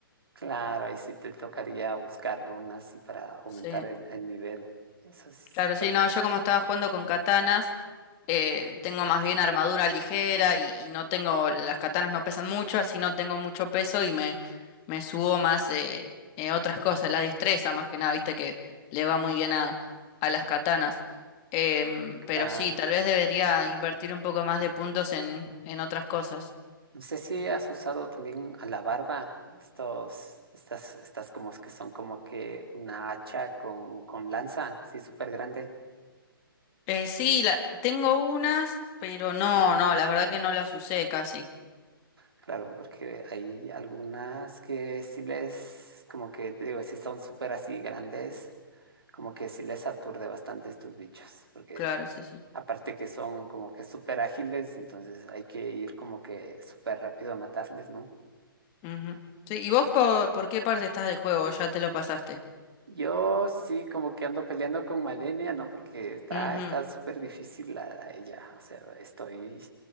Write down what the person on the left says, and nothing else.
Sí,
claro,
sí, no,
yo como estaba jugando con katanas, eh, tengo más bien armadura ligera y, y no tengo, las katanas no pesan mucho, así no tengo mucho peso y me, me subo más eh, eh, otras cosas, la destreza más que nada, viste que le va muy bien a, a las katanas. Em,
pero sí, tal vez debería invertir un poco más de puntos en, en otras cosas.
Eh, sí, la, tengo unas, pero no, no, la verdad que no las usé casi.
Claro, sí, sí.
Ujú. Sí, ¿y vos po- por, qué parte estás del juego? ¿Ya te lo pasaste?
Ujú.